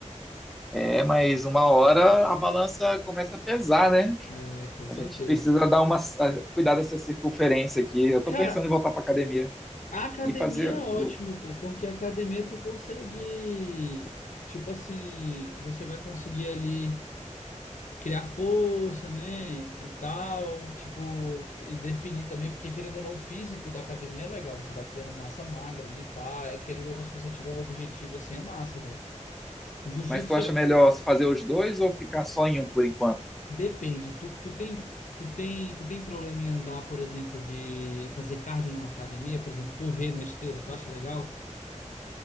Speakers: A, in the centre; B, on the left.
A: É, mas uma hora a balança começa a pesar, né?
B: É, com certeza.
A: A gente precisa dar uma a- cuidar dessa circunferência aqui. Eu tô
B: Cara,
A: pensando em voltar pra academia
B: A academia
A: e fazer
B: é ótimo,
A: luta.
B: pô, porque a academia tu consegue, tipo assim, você vai conseguir ali criar força, né, e tal, tipo, e definir também, porque querendo ou não, o físico da academia é legal, você vai criando massa magra ali, pá, é, querendo ou não, se você tiver um objetivo assim, é massa, velho. O jiu-jitsu
A: Mas tu acha
B: é-
A: melhor fazer os dois ou ficar só em um por enquanto?
B: depende, tu, tu tem, tu tem, tu tem problema em andar, por exemplo, de fazer cardio na academia, por exemplo, correr na esteira, tu acha legal?